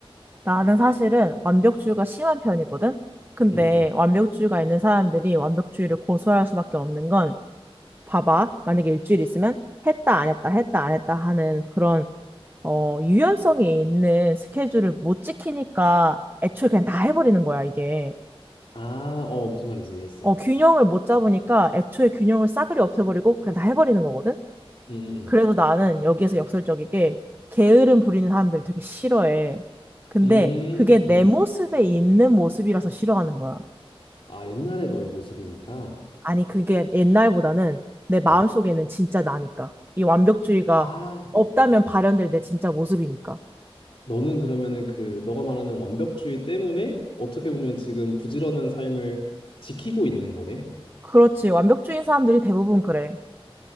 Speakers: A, on the right (about 20°); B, on the left (about 65°).
A: 나는 사실은 완벽주의가 심한 편이거든? 근데
B: 응응
A: 완벽주의가 있는 사람들이 완벽주의를 고수할 수밖에 없는 건 봐봐. 만약에 일주일 있으면 했다, 안 했다, 했다, 안 했다 하는 그런 어, 유연성이 있는 스케줄을 못 지키니까 애초에 그냥 다 해버리는 거야, 이게.
B: 아, 어, 무슨 말인지 이해했어.
A: 어, 균형을 못 잡으니까 애초에 균형을 싸그리 없애버리고 그냥 다 해버리는 거거든?
B: 음, 음,
A: 그래서 나는 여기에서 역설적이게 게으름 부리는 사람들 되게 싫어해. 근데
B: 음.
A: 그게
B: 음,
A: 내
B: 음.
A: 모습에 있는 모습이라서 싫어하는 거야.
B: 아, 옛날의 너의 모습이니까.
A: 아니, 그게 옛날보다는 내 마음속에는
B: 어.
A: 진짜 나니까. 이 완벽주의가
B: 아,
A: 없다면 발현될 내 진짜 모습이니까.
B: 너는 그러면은 그 너가 말하는 완벽주의 때문에 어떻게 보면 지금 부지런한 삶을 지키고 있는 거네.
A: 그렇지. 완벽주의인 사람들이 대부분 그래.